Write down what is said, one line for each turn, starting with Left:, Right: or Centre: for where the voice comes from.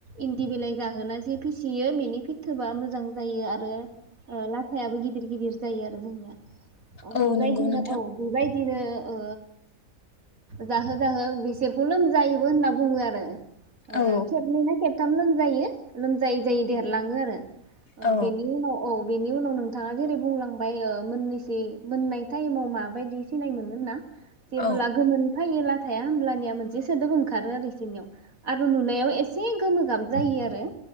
Right: इन्दि बिलाइ जाहोना जे फिसियो बेनि फिथोबा मोजां जायो आरो ओ लाथायाबो गिदिर गिदिर जायो आरो जोंनिया
Left: औ
Right: बेबायदिनो
Left: नंगौ नोंथां
Right: औ बेबायदिनो ओ जाहो जाहो बिसोरखौ लोमजायोबो होनना बुङो आरो ओ
Left: औ
Right: खेबनै ना खेब थाम लोमजायो लोमजायै जायै देरलाङो आरो ओ
Left: औ
Right: बेनि उनाव औ बेनि उनाव नोंथाङा जेरै बुंलांबाय ओ मोननैसै मोननाय टाइमाव माबायदि सिनाय मोनो होनना जेबोला‌
Left: औ
Right: गोमोन फैयो लाथाया होमब्लानिया मोनसे सोदोब ओंखारो आरो बिसोरनियाव आरो नुनायाव एसे गोमो गाब जायो आरो